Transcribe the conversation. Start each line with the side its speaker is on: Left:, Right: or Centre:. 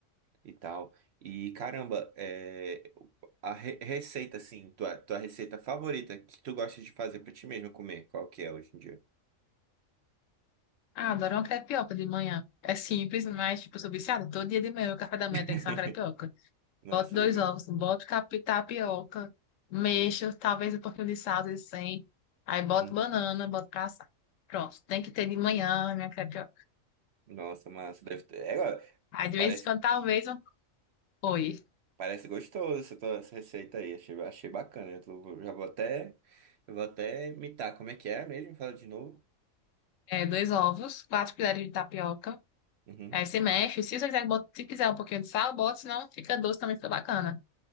Right: E tal. E caramba, é, a re- receita, assim, tua, tua receita favorita que tu gosta de fazer pra ti mesma comer, qual que é hoje em dia?
Left: Ah, adoro uma crepioca de manhã. É simples, mas, tipo, eu sou viciada. Todo dia de manhã, o café da
Right: <laughs>
Left: manhã tem que ser uma crepioca.
Right: Nossa,
Left: Boto dois
Right: legal.
Left: ovos, boto capi- tapioca, mexo, talvez um pouquinho de sal, de sem. Aí boto
Right: Uhum.
Left: banana, boto pra assar. Pronto, tem que ter de manhã a minha crepioca.
Right: Nossa, massa. Deve ter. É, ó,
Left: Aí, de
Right: parece
Left: vez em quando, talvez, um... Oi,
Right: Parece gostoso essa, tua- essa receita aí. Achei, achei bacana. Eu tô- já vou até, eu vou até imitar. Como é que é mesmo? Fala de novo.
Left: é, dois ovos, quatro colheres de tapioca,
Right: Uhum,
Left: Aí você mexe. Se você quiser, bota- se quiser um pouquinho de sal, bota, senão fica doce também, fica bacana.